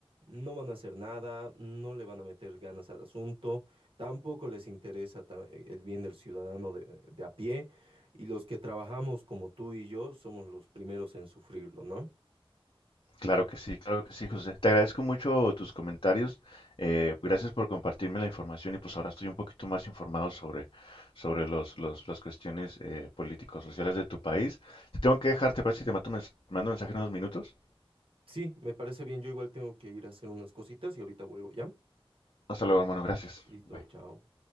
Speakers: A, on the right (about 65°); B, on the left (about 65°).
A: no van a hacer nada, no le van a meter ganas al asunto, tampoco les interesa ta- el bien del ciudadano de, de a pie, y los que trabajamos como tú y yo somos los primeros en sufrirlo, ¿no?
B: Claro que sí, claro que sí, José. Te agradezco mucho tus comentarios. eh, gracias por compartirme la información y pues ahora estoy un poquito más informado sobre, sobre los, los- las cuestiones eh, políticos, sociales de tu país. Te tengo que dejar, ¿te parece si te mando un mens- mando un mensaje en unos minutos?
A: Sí, me parece bien, yo igual tengo que ir a hacer unas cositas y ahorita vuelvo, ¿ya?
B: Hasta luego, hermano. Gracias.
A: Listo,
B: Bye.
A: chao.